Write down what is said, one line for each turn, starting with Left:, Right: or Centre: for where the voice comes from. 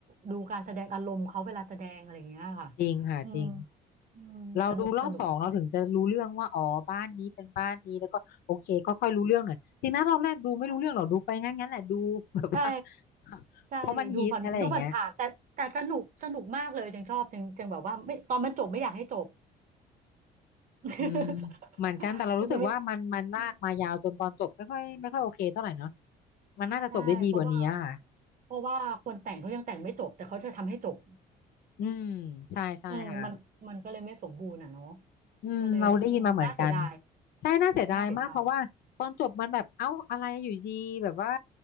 Right: ดูการแสดงอารมณ์เขาเวลาแสดงอะไรอย่างเงี้ยค่ะ
Left: จริงค่ะจริง
Right: อืมอืมสนุกสนุก
Left: เราดูรอบสองเราถึงจะรู้เรื่องว่าอ๋อบ้านนี้เป็นบ้านนี้แล้วก็โอเคก็ค่อยรู้เรื่องหน่อยจริงนะรอบแรกดูไม่รู้เรื่องหรอกดูไปงั้นงั้นแหละดูแบบว่า
Right: ค่ะใช่
Left: <laughs>
Right: ใช่ดูผ่านดูผ่านผ่านแต่แต่สนุกสนุกมากเลยจังชอบจังจังแบบว่าไม่ตอนมันจบไม่อยากให้จบ
Left: เพราะมันฮิตอะไรอย่างเงี้ย
Right: <laughs>
Left: อืมเหมือนกันแต่เรารู้สึกว่ามันมันลากมายาวจนตอนจบไม่ค่อยไม่ค่อยโอเคเท่าไหร่เนาะ
Right: มันจะไม่ อืม
Left: มันน่าจะจบได้ดีกว่านี้อะค่ะ
Right: ใช่เพราะว่าเพราะว่าคนแต่งเขายังแต่งไม่จบแต่เขาจะทำให้จบ
Left: อืมใช่ใช่ค่ะ
Right: เออมันมันก็เลยไม่สมบูรณ์อ่ะเนาะ
Left: อืมเราได้ยินมาเหมือนกัน
Right: ก็เลยอืมน่าเสียดาย
Left: ใช่น่าเสียดายมากเพราะว่าตอนจบมันแบบเอ้าอะไรอยู่ดีแบบว่า
Right: น่าเสียดาย